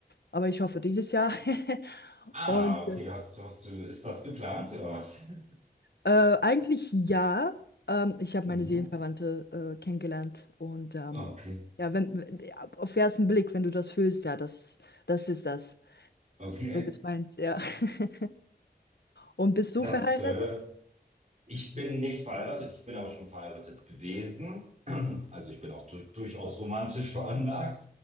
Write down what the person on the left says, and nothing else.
aber ich hoffe dieses Jahr. <laughs>
Und
äh,
äh, eigentlich ja, ähm, ich habe
meine Seelenverwandte äh, kennengelernt und ähm,
ja, wenn, w- auf ersten Blick, wenn du das fühlst, ja, das, das ist das.
So bist meins, ja. <laughs> Und bist du
verheiratet?